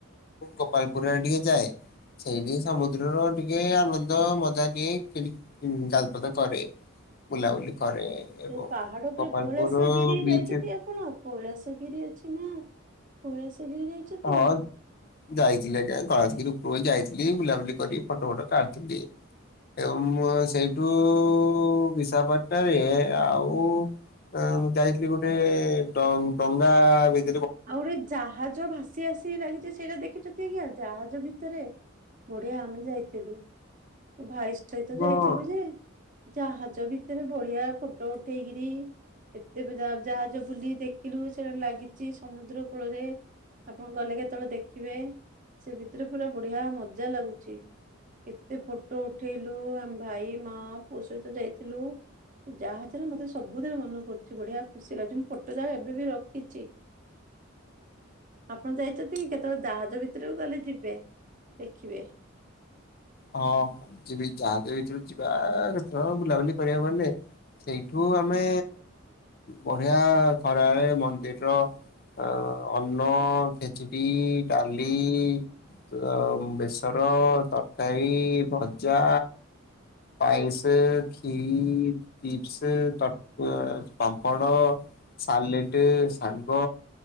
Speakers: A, on the left; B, on the right.
A: ଗୋପାଳପୁରୁ ଆଡ଼େ ଟିକେ ଯାଏ। ଛେଇବି ସମୁଦ୍ରର ଟିକେ ଆନନ୍ଦ ମଜାନିଏ ଖେଳି। ହୁଁ ଜାଲ୍ପଦ କରେ ବୁଲାବୁଲି କରେ। ଏବଂ
B: ସେ ପାହାଡ଼ ଉପରେ
A: ଗୋପାଳପୁର
B: କୈଳାଶ ଗିରି। କି
A: ବିଚ୍
B: ଯାଇଛନ୍ତି ଆପଣ କୈଳାସଗିରି ଅଛି ନାଁ କୈଳାସଗିରି ଯାଇଛନ୍ତି।
A: ହଁ ଯାଇଥିଲି ଆଜ୍ଞା କୈଳାସଗିରି ଉପରବୋଳି ଯାଇଥିଲି। ବୁଲାବୁଲି କରି ଫଟୋ ଫଟ କାଢ଼ିଥିଲି। ଏବଂ ମୁଁ ଆଁ ସେଇଟୁ ବିଶାପାଟାରେ ଆଉ। ଆଁ ମୁଁ ଯାଇଥିଲି ଗୋଟେ ଡ଼ଙ୍ଗ୍ ଡ଼ଙ୍ଗା ଭିତ୍।
B: ଆଉ ଗୋଟିଏ ଜାହାଜ ଭାସ୍ ଚି ଏସି ରାଗିଚି ସେଇଟା ଦେଖିଚ କି ଆଜ୍ଞା ଜାହାଜ ଭିତରେ ବଢ଼ିଆ ଆମେ ଯାଇଥିଲୁ। ଓ ଭାଇଷ୍ଟ୍ ସହିତ
A: ହଁ
B: ଯାଇଥିଲୁ ଯେ। ଜାହାଜ ଭିତରେ ବଢ଼ିଆ ଫୋଟୋ ଉଠେଇକିରି। ଏତେ ବି ଜା-ଜାହାଜ ବୁଲି ଦେଖିଲୁ ସେ ଲାଗିଚି ସମୁଦ୍ର କୂଳରେ ଆପଣ ଗଲେ କେତେବେଳେ ଦେଖିବେ। ସେ ଭିତରେ ପୁରା ବଢିଆ ମଜା ଲାଗୁଛି। ଏତେ ଫଟୋ ଉଠେଇଲୁ ଆମେ ଭାଇ, ମା, ପୁଅ ସହିତ ଯାଇଥିଲୁ। ଯାହା ଥିଲା ମତେ ସବୁଦିନ ମନ ପଡୁଛି ବଢିଆ ଖୁସି ଲାଗୁଛି ମୁଁ ଫୋଟୋ ଯାକ ଏବେ ବି ରଖିଛି। ଆପଣ ଯାଇଛନ୍ତି କି କେତେବେଳେ ଜାହାଜ ଭିତରକୁ ଗଲେ ଯିବେ ଦେଖିବେ।
A: ହଁ ଯିବି ଜାହାଜ ଭିତରକୁ ଯିବା ହଁ ବୁଲାବୁଲି କରିବାକୁ ଗଲେ। ସେଇଠୁ ଆମେ ବଢିଆ ଖରାରେ ମନ୍ଦିର। ଅ ଅନ୍ନ, ଖେଚଡି, ଡାଲି। ତ ବେସର, ତରକାରୀ, ଭଜା। ପାଏସେ, କ୍ଷୀରି। ଚିପସ ତ ଅ ପାମ୍ପଡ। ସାଲେଟ, ଶାଗ